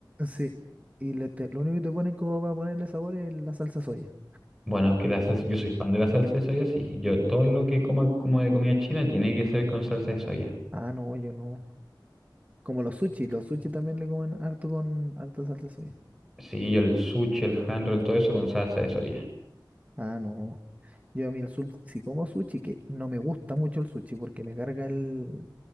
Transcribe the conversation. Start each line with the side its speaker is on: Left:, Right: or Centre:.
Right: Sí. Y le te- lo único que te ponen como para ponerle sabor es la salsa soya.
Centre: Bueno, que la salsa, yo soy fan de la salsa de soya, sí. Yo todo lo que como como de comida china tiene que ser con salsa de soya.
Right: Ah, no, yo no. Como los sushi, los sushi también le comen harto con harta salsa soya.
Centre: Sí, yo el sushi, el hand roll, todo eso con salsa de soya.
Right: Ah, no. Yo a mí el sushi, si como sushi, que no me gusta mucho el sushi porque me carga el,